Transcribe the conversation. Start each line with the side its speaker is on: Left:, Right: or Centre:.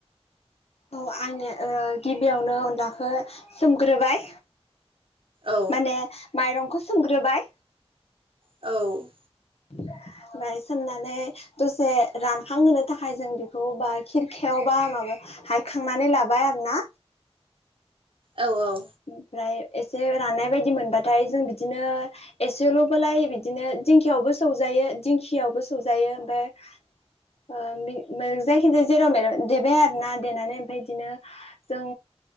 Left: औ आंनो ओ गिबियावनो अनलाखौ सोमग्रोबाय
Right: औ
Left: माने माइरंखौ सोमग्रोबाय।
Right: औ
Left: ओमफ्राय सोमनानै दसे रानखां होनो थाखाय जों बेखौ बा खिरखायावबा माबा हायखांनानै लाबाय आरोना
Right: औ
Left: ओमफ्राय एसे राननाय बायदि मोनबाथाय जों बिदिनो एसेल'बोलाय बिदिनो दिंखियावबो सौजायो दिंखियावबो सौजायो ओमफ्राय ओ बि जायखिजाया जेराव मेराव देबाय आरोना देनानै ओमफ्राय बिदिनो जों